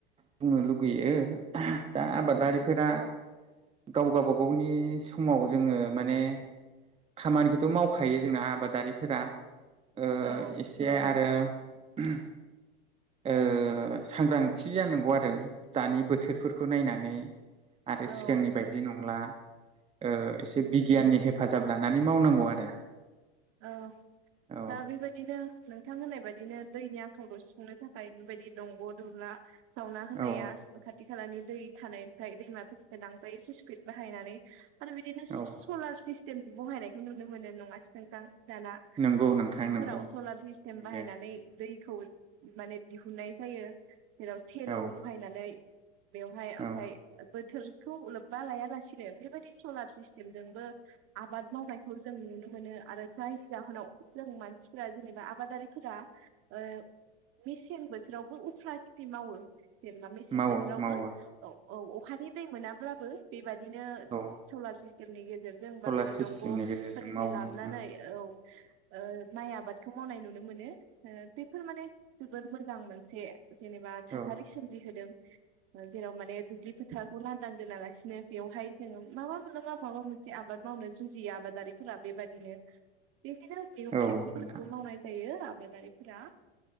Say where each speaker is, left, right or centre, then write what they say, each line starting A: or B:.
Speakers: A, on the right (about 20°); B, on the right (about 45°).
A: बुंनो लुगैयो। दा आबादारिफोरा
B: औ
A: गाव गावबागावनि समाव जोङो माने खामानिखौथ' मावखायो जों आबादारिफोरा। ओ
B: औ
A: एसे आरो <unintelligible> ओ सांग्रांथि जानांगौ आरो दानि बोथोरफोरखौ नायनानै। आरो
B: ओं
A: सिगांनि बायदि नंला ओ एसे बिगियाननि हेफ फाजाब लानानै मावनांगौ आरो।
B: औ
A: औ
B: दा बेबायदिनो नों थां होननाय बायदिनो दैनि आंखालखौ सुफुंनो थाखाय बेबायदि दंग' दुंला सावना होनाया
A: औ
B: साखाथि खालानि दै थानायनिफ्राय दैमाफोरनिफ्राय लांजायो सुइसपिड बाहायनानै। आरो बिदिनो स-सलार
A: औ
B: सिस्ट देम बहायनायखौ नुनो मोनो नङा नोंथां दाना
A: नंगौ नोंथां
B: दुब्लिफोराव
A: नंगौ
B: सलार सिस्टेम
A: नुयो
B: बाहायनानै दै खौ माने दिहुननाय जायो। जेराव सेल'
A: औ
B: बहायनानै बेवहाय ओमफाय
A: औ
B: बोथोरखौ लोब्बा लायालासिनो बेबायदि सलार सिस्टेमजोंबो आबाद मावनायखौ जों नुनो मोनो आरो जायनि जाहोनाव जों मानसिफोरा जेनेबा आबादारिफोरा ओ मेसें बोथोरावबो उफ्रा खेथि मावो। जेनेबा मेसें
A: मावो
B: बोथोरावबो
A: मावो
B: औ औ अखानि दै मोनाब्लाबो बेबायदिनो
A: औ
B: सलार सिस टेमनि गे सेरजों
A: सलार
B: बा बिदि
A: सिस्टेमनि
B: दंनि
A: गेजेरजों
B: फोरनिफाय
A: मावो
B: लाब
A: नोंथां
B: नानै औ ओ माइ आबादखौ मावनाय नुनो मोनो ओ बेफोर माने जोबोर मोजां मोनसे जेनेबा थासारि
A: औ
B: सोमजिहोदों। ओ जेराव माने दुब्लि फोथारखौ लान्दां दोनालासिनो बेवहाय जोङो माबा मोनलाबा माबा मोनसे आबाद मावनो जुजियो आबादारिफोरा बेबायदि दिनो बेदिनो मैगं
A: औ
B: थाइगंफोरखौबो
A: नोंथां
B: मावनाय जायो आ बादारिफोरा